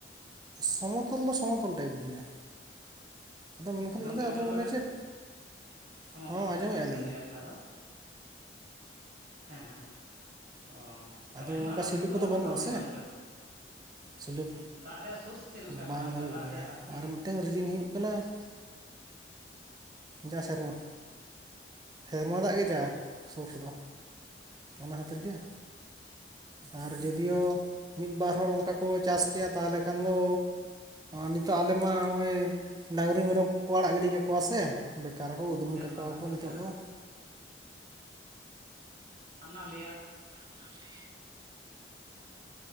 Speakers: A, on the right; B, on the right.
A: ᱥᱚᱢᱚᱛᱚᱞ ᱫᱚ ᱥᱚᱢᱚᱛᱚᱞ ᱴᱟᱭᱤᱯ ᱜᱮᱭᱟ ᱟᱫᱚ ᱢᱮᱱᱠᱷᱟᱱ
B: ᱦᱮᱸ ᱜᱚᱝᱠᱮ
A: ᱱᱚᱰᱮ
B: ᱟᱸᱡᱚᱢ
A: ᱟᱫᱚ
B: ᱫᱟᱵᱮᱱ
A: ᱚᱱᱮ ᱪᱮᱫ
B: ᱥᱚᱢᱚᱛᱚᱞ
A: ᱦᱚᱸ
B: ᱜᱮ
A: ᱟᱸᱡᱚᱢᱮᱫ-ᱟ
B: ᱢᱮᱞ ᱴᱟᱺᱰᱤ
A: ᱞᱤᱧ
B: ᱜᱮᱭᱟ ᱟᱨᱠᱤ ᱡᱟᱦᱟᱸ ᱫᱚ ᱦᱮᱸ ᱦᱮᱸ ᱚ ᱛᱟᱦᱞᱮ
A: ᱟᱫᱚ
B: ᱮᱠᱷᱚᱱ ᱟᱱᱟᱡ
A: ᱥᱤᱞᱩ
B: ᱯᱟᱛᱤ ᱫᱚ
A: ᱠᱚᱫᱚ
B: ᱚᱱᱠᱟ ᱫᱚ
A: ᱵᱟᱹᱱᱩᱜ
B: ᱠᱟᱝ
A: ᱟᱥᱮ
B: ᱦᱩᱭᱩᱜ-ᱟ ᱚᱱᱛᱮ ᱫᱚ
A: ᱥᱤᱞᱩ
B: ᱫᱟᱜ ᱨᱮᱭᱟᱜ ᱥᱳᱨᱥ ᱪᱮᱫᱞᱮᱠᱟ ᱢᱮᱱᱟᱜ-ᱟ
A: ᱵᱟᱝ
B: ᱚᱱᱛᱮ
A: ᱦᱩᱭᱩᱜ
B: ᱫᱟᱜ
A: ᱜᱮᱭᱟ
B: ᱨᱮᱭᱟᱜ ᱟᱨᱠᱤ
A: ᱟᱨ ᱢᱤᱫᱴᱟᱝ ᱨᱮᱡᱤᱱ ᱦᱩᱭᱩᱜ ᱠᱟᱱᱟ ᱡᱟ ᱥᱮᱨᱢᱟ ᱥᱮᱨᱢᱟ ᱫᱟᱜ ᱜᱮ ᱡᱟ ᱥᱳᱨᱥ ᱫᱚ ᱚᱱᱟ ᱠᱷᱟᱹᱛᱤᱨ ᱜᱮ ᱟᱨ ᱡᱳᱫᱤᱭᱳ ᱢᱤᱫ ᱵᱟᱨ ᱦᱚᱲ ᱚᱱᱠᱟ ᱠᱚ ᱪᱟᱥ ᱠᱮᱜᱼᱟ ᱛᱟᱦᱚᱞᱮ ᱠᱷᱟᱱ ᱫᱚ ᱱᱤᱛᱚᱜ ᱟᱞᱮ ᱢᱟ ᱱᱚᱜᱼᱚᱭ ᱰᱟᱝᱨᱤ ᱢᱮᱨᱚᱢ ᱠᱚᱠᱚ ᱟᱲᱟᱜ ᱜᱤᱰᱤ ᱠᱟᱠᱚᱣᱟ ᱥᱮ ᱵᱮᱠᱟᱨ ᱦᱚᱸ ᱩᱫᱢᱟᱹ
B: ᱥᱮᱨᱢᱟ
A: ᱠᱟᱠᱚᱣᱟ
B: ᱫᱟᱜ
A: ᱠᱚ
B: ᱜᱮ
A: ᱱᱤᱛᱚᱜ
B: ᱡᱟ
A: ᱫᱚ
B: ᱟᱱᱟ ᱞᱮᱭᱟ
A: ᱱᱟᱞᱤ